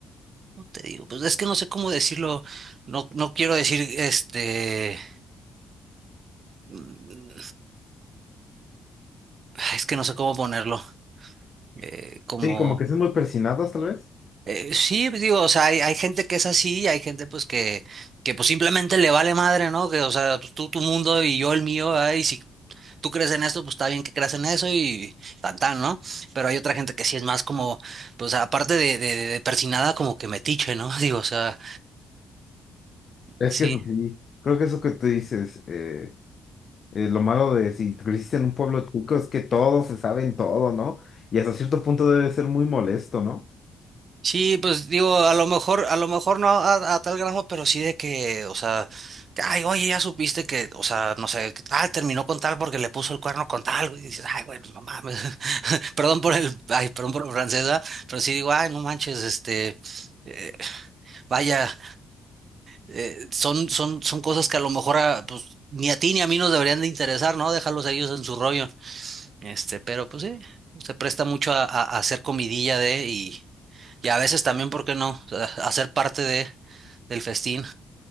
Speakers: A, on the right (about 50°); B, on the left (about 45°).
A: ¿cómo te digo? Pues es que no sé cómo decirlo, no, no quiero decir, este, mm, es que no sé cómo ponerlo, eh, como,
B: Sí, como que son muy persinados, tal vez.
A: eh, sí, pues digo, o sea, hay, hay gente que es así, y hay gente pues que, que pues simplemente le vale madre, ¿no? Que, o sea, pues tú tu mundo y yo el mío, ay, si tú crees en eso, pues está bien que creas en eso y tan tan, ¿no? Pero hay otra gente que sí es más como, pues aparte de, de, de persinada, como que metiche, ¿no? <laughs> Digo, o sea,
B: Es
A: sí.
B: que eso sí, creo que eso que tú dices, eh, eh, lo malo de si creciste en un pueblo chico es que todos se saben todo, ¿no? Y hasta cierto punto debe ser muy molesto, ¿no?
A: Sí, pues digo, a lo mejor, a lo mejor no a, a tal grado, pero sí de que, o sea, que, ay, oye, ya supiste que, o sea, no sé, que tal, terminó con tal porque le puso el cuerno con tal, güey, y dices, ay, güey, pues, no mames, <laughs> perdón por el, ay, perdón por la francesa, pero sí digo, ay, no manches, este, eh, vaya. eh, son, son, son cosas que a lo mejor a, pues, ni a ti ni a mí nos deberían de interesar, ¿no? dejarlos a ellos en su rollo. Este, pero pues sí, se presta mucho a, a- a hacer comidilla de y, y a veces también, ¿por qué no? A- a ser parte de, del festín,